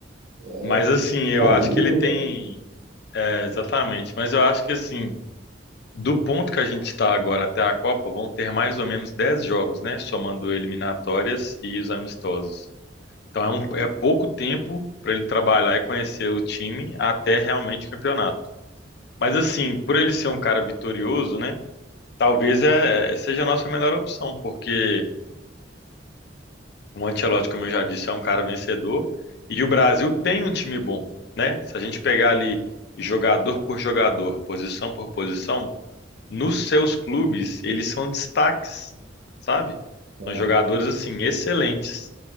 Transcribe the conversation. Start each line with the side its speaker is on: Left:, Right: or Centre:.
Right: é,
Left: Mas assim, eu
Right: Caiu,
Left: acho que ele tem.
Right: né?
Left: é, exatamente. Mas eu acho que assim, do ponto que a gente está agora até a Copa, vão ter mais ou menos 10 jogos, né? Somando eliminatórias e os amistosos. Então é, um- é pouco tempo para ele trabalhar e conhecer o time até realmente o campeonato. Mas assim, por ele ser um cara vitorioso, né? Talvez é, é, seja a nossa melhor opção, porque o Ancelotti, como eu já disse, é um cara vencedor e o Brasil tem um time bom, né? Se a gente pegar ali jogador por jogador, posição por posição, nos seus clubes eles são destaques, sabe?
Right: cara?
Left: São jogadores assim excelentes.